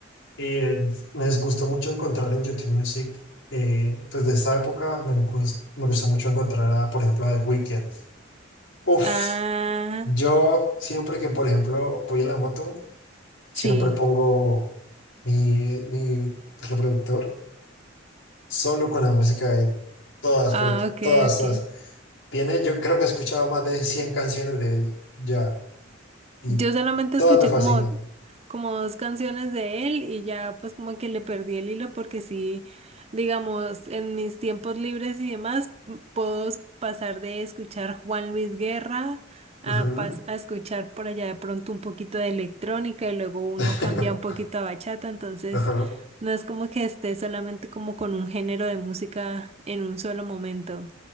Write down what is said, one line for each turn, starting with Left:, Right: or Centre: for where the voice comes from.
Left: eh, me gustó mucho encontrar en YouTube Music, eh, desde esta época me, gus- me gustó mucho encontrar, a, por ejemplo, a The Weeknd. Uf,
Right: ah,
Left: yo siempre que, por ejemplo, voy en la moto, Siempre
Right: sí.
Left: pongo mi, mi reproductor solo con la música de él. Todas,
Right: Ah,
Left: pero t-
Right: ok,
Left: todas,
Right: ok.
Left: todas. Tiene, yo creo que he escuchado más de 100 canciones de él ya y
Right: Yo solamente
Left: todas
Right: escuché
Left: me fascinan.
Right: como, como dos canciones de él y ya pues como que le perdí el hilo porque sí, digamos, en mis tiempos libres y demás, m- puedo s- pasar de escuchar Juan Luis Guerra a,
Left: Ujú.
Right: pas- a escuchar por allá de pronto un poquito de electrónica y luego uno
Left: <laughs>
Right: cambia un poquito a bachata, entonces
Left: Ajá.
Right: no es como que esté solamente como con un género de música en un solo momento.